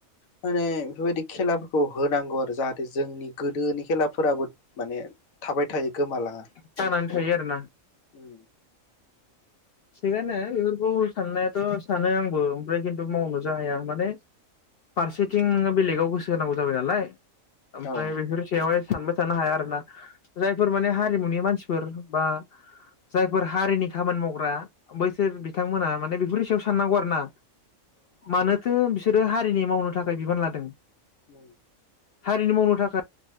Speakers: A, on the left; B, on the left.
A: माने बेफोरबायदि खेलाफोरखौ होनांगौ आरो जाहाथे जोंनि गोदोनि खेलाफोराबो माने थाबाय थायो गोमालाङा
B: थांनानै थायो आरोना
A: उम
B: थिगानो बेफोरखौ साननायाथ सानो आंबो ओमफ्राय खिन्थु मावनोसो हाया माने फारसेथिं
A: उम
B: नोंङो बेलेगाव गोसो होनांगौ जाबाय नालाय ओमफ्राय
A: औ
B: बेसोर सेयावहाय सानबाय थानो हाया आरोना जायफोर माने हारिमुनि मानसिफोर बा जायफोर हारिनि खामानि मावग्रा बैसोर बिथांमोना माने बेफोर हिसायाव साननांगौ आरो ना मानोथो बि बिसोरो हारिनि मावनो थाखाय बिबान लादों
A: ओम
B: हारिनि मावनो थाखाय